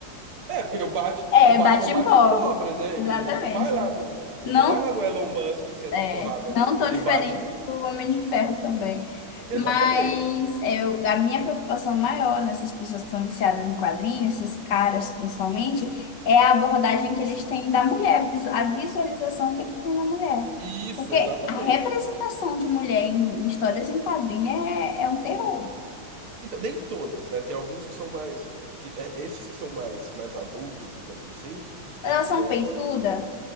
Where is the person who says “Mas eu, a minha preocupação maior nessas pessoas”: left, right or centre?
Left